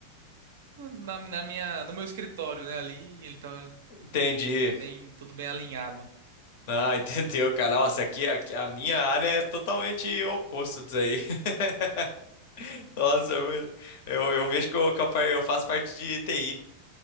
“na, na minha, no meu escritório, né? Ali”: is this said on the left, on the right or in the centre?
Right